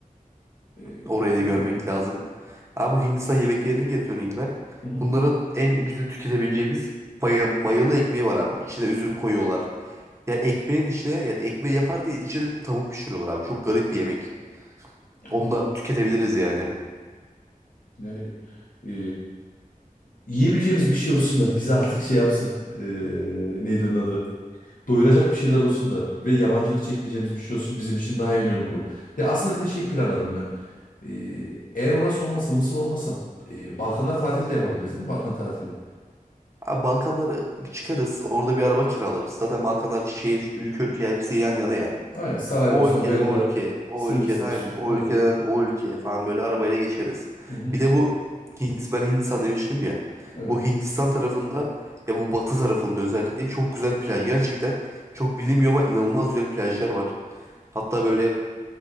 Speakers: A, on the left; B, on the right.
A: Ee,
B: Orayı da
A: bilmiyorum
B: görmek
A: yani.
B: lazım. Abi bu Hindistan yemeklerine geri döneyim ben.
A: Hı hı.
B: Bunların en bizim tüketebileceğimiz maya- mayalı ekmeği var abi. İçine üzüm koyuyorlar. Ya ekmeğin içine yani ekmeği yaparken içine tavuk pişiriyorlar abi. Çok garip bir yemek.
A: Allah'ım.
B: Onu da tüketebiliriz yani.
A: Yani ee, yiyebileceğimiz bir şey olsun da bizi artık şey yapsın. Ee, neydi onun adı? Doyuracak bir şeyler olsun da ve yabancılık çekmeyeceğimiz bir şey olsun bizim için daha önemli olur. Ya aslında bir de şey planladım ben. Ee, eğer orası olmasa, Mısır olmasa ee, Balkanlar tatili de yapabiliriz değil mi? Balkan tatili.
B: Abi Balkanlara çıkarız. Orada bir araba kiralarız. Zaten Balkanlar şehir, ülke ülke hepsi yan yana ya.
A: Aynen Saraybosna,
B: O ülkeden
A: Belgrad,
B: o ülkeye, o
A: Sırbistan.
B: ülkeden aynen, o
A: Evet
B: ülkeden
A: bu.
B: o ülkeye falan böyle arabayla geçeriz.
A: Hı hı.
B: Bir de bu Hindistan, ben Hindistan demiştim ya.
A: Evet.
B: Bu Hindistan tarafında ya bu batı tarafında özellikle çok güzel plaj. Gerçekten çok bilinmiyor ama inanılmaz güzel plajlar var. Hatta böyle